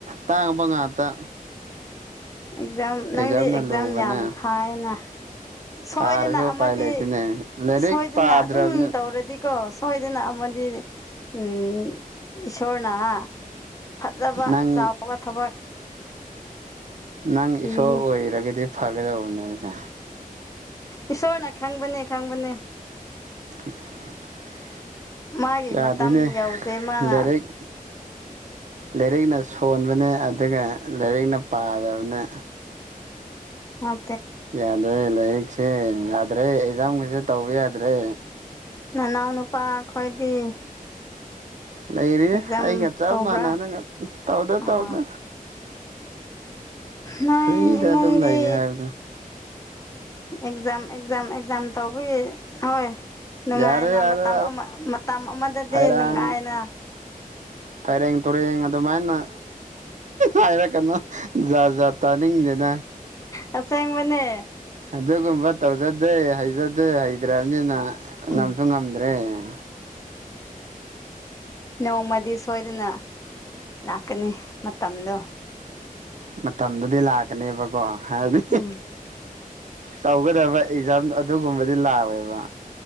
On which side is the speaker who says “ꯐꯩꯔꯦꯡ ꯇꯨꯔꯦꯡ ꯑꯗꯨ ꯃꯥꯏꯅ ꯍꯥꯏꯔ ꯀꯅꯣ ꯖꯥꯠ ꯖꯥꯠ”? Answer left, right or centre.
Right